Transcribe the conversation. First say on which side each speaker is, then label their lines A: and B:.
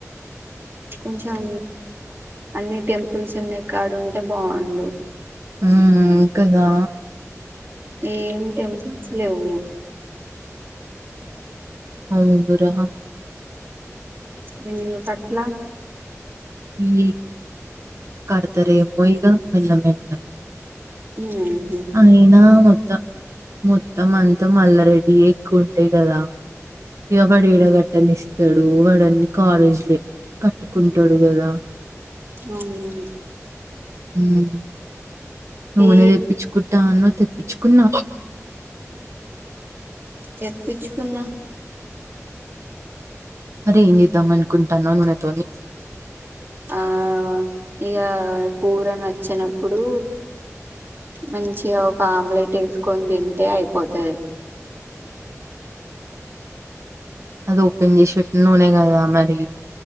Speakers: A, on the right (about 45°); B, on the right (about 60°).
A: కొంచెం అన్ని టెంపుల్స్ ఉన్నే కాడ ఉంటే బాగుండు
B: ఉమ్ కదా
A: ఏమ్ టెంపుల్ లెవ్వు
B: అ ముగ్గురా
A: వెందుకట్ల
B: ఈ కడతరే పోయిగా మెల్ల మెల్ల
A: హుమ్
B: అయినా మొత్తం మొ మొత్తం అంత మళ్ల రెడి అయి ఎక్కువ ఉంటయి కదా ఇవబడి ఈడ గట్టన్దిస్తడు ఇప్పుడు వాడన్ని కాలేజ్ లే కట్టుకుంటడు కదా
A: అవునవును
B: ఉమ్మ్ నూనె
A: ఏ
B: దెప్పించుకుంటాన్నావ్ తెప్పిచ్చుకున్నా
A: తెప్పిచుకున్నా
B: అరే ఏంచేద్దాం అనుకుంటానవ్ నూనె తోని
A: ఆ ఇగ కూర నచ్చనప్పుడు మంచిగా ఒక ఆమ్లెట్ వేసుకొని తింటే అయిపోతది
B: అది ఓపెన్ చేసెట్ నూనె కదా మరి